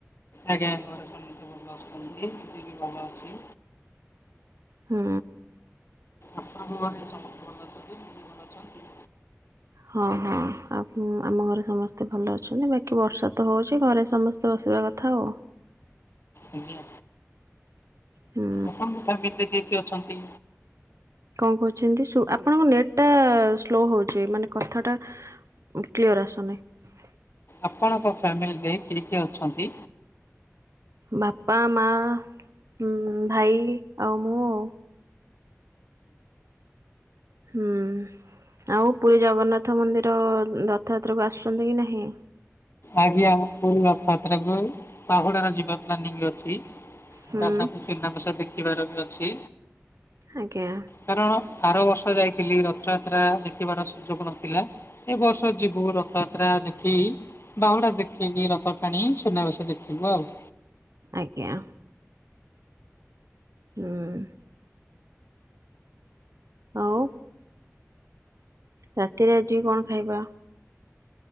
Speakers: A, on the left; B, on the right.
A: ଆଜ୍ଞା ଘରେ ଭଲ ଆସୁଛନ୍ତି <unintelligible> ବି ଭଲ ଅଛି।
B: ହୁଁ।
A: ଆପଣଙ୍କ ଘରେ ସମସ୍ତେ ଭଲ ଅଛନ୍ତି ଟି <unintelligible> ଭଲ ଅଛନ୍ତି?
B: ହଁ ହଁ ଆପ୍ ଆମ ଘରେ ସମସ୍ତେ ଭଲ ଅଛନ୍ତି ବାକି ବର୍ଷା ତ ହଉଛି ଘରେ ସମସ୍ତେ ବସ୍ <unintelligible> କଥା ଆଉ।
A: ଆଜ୍ଞା
B: ହୁଁ
A: ଆପଣଙ୍କ ଫ୍ୟାମିଲିରେ କିଏ କିଏ ଅଛନ୍ତି?
B: କଣ କହୁଛନ୍ତି ଶୁ ଆପଣଙ୍କ ନେଟ୍ ଟା ସ୍ଲୋ ହଉଛି ମାନେ କଥାଟା କ୍ଲିଅର ଆଶୁନାହିଁ।
A: ଆପଣଙ୍କ ଫ୍ୟାମିଲିରେ କିଏ କିଏ ଅଛନ୍ତି?
B: ବାପା ମା ଉଁ ଭାଇ ଆଉ ମୁଁ ଆଉ। ହୁଁ। ଆଉ ପୁରୀ ଜଗନ୍ନାଥ ମନ୍ଦିର ରଥଯାତ୍ରାକୁ ଆସୁଛନ୍ତି କି ନାହିଁ।
A: ଆଜ୍ଞା ପୁରୀ ରଥଯାତ୍ରାକୁ ବାହୁଡାର ଯିବା ପ୍ଲାନିଂ ଅଛି।
B: ହୁଁ
A: ତା ସାଙ୍ଗୁକୁ ସୁନା ବେଶ ଦେଖିବାର ବି ଅଛି।
B: ଆଜ୍ଞା
A: କାରଣ ଆର ବର୍ଷ ଥରେ ଯାଇଥିଲି ରଥଯାତ୍ରା ଦେଖିବାର ସୁଯୋଗ ନଥିଲା ଏ ବର୍ଷ ଯିବୁ ରଥଯାତ୍ରା ଦେଖି ବାହୁଡା ଦେଖିକି ରଥ ଟାଣି ସୁନାବେଶ ଦେଖିବୁ ଆଉ।
B: ଆଜ୍ଞା। ହୁଁ। ଆଉ ରାତିରେ ଆଜି କଣ ଖାଇବା?